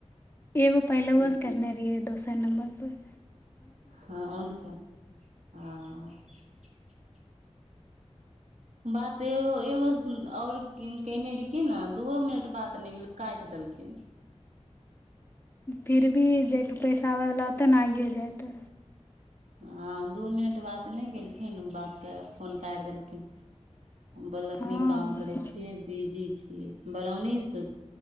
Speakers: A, on the left; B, on the right.
A: एगो पहिले उ करने रहियै दोस द नम्बर परर
B: हँ ओनकनकऽ आ बात एगो एगो आओर कने रहि की ने दूओ मिनट बात नहि काटि देलकै
A: फिर भी जयबै पैसा आबयवला ओतै ने आइए जायत
B: हँ दू मिनट बात नहि गेलखिन बात कर फोन करि देलखिन बोललखिन
A: हँ
B: काम करै छियै बिजी छियै बरौनीसँ